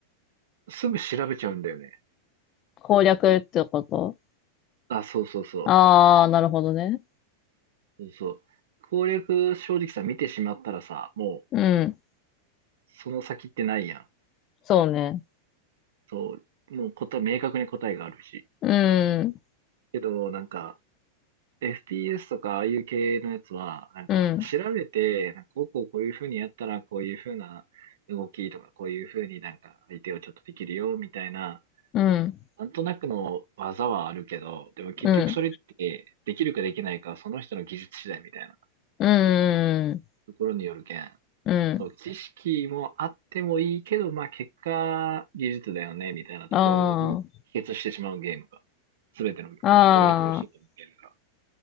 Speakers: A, on the right (about 60°); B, on the left (about 35°).
A: すぐ調べちゃうんだよね。
B: 攻略ってこと
A: あ、そうそうそ
B: ああー、なるほどね。
A: う。そうそう。攻略正直さ、見てしまったらさ、もう、
B: うん。
A: その先ってないやん。
B: そうね。
A: そう、もう答え、明確に答えがあるし。
B: うん。
A: けど、なんか、FPS とかああいう系のやつは、なんか、
B: うん。
A: まあ調べて、なんかこうこうこういう風にやったら、こういう風な動きとか、こういう風になんか相手をちょっとできるよ、みたいな、
B: うん。
A: なんとなくの技はあるけど、でも結局それって、
B: うん。
A: できるかできないかはその人の技術次第みたいな
B: うん。
A: ところによるけん。
B: うん。
A: そう、知識もあってもいいけど、まあ結果、技術だよね、みたいなところに帰結してしまうゲームが、
B: あ
A: すべての、
B: あ。ああ。
A: 俺が楽しいと思うゲームが。